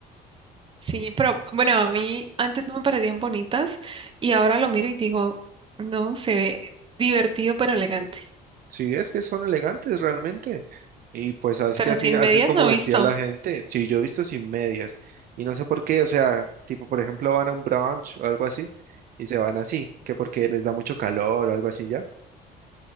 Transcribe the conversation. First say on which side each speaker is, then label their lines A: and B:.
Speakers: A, on the right; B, on the right.
A: Sí, pero bueno, a mí antes no me parecían bonitas y ahora lo miro y digo, no, se ve divertido pero elegante.
B: Sí, es que son elegantes realmente. Y pues sabes
A: Pero
B: que así,
A: sin
B: así
A: medias
B: es como
A: no he
B: vestía
A: visto.
B: la gente. Sí, yo he visto sin medias. Y no sé por qué, o sea, tipo, por ejemplo, van a un brunch o algo así y se van así, que porque les da mucho calor o algo así ya.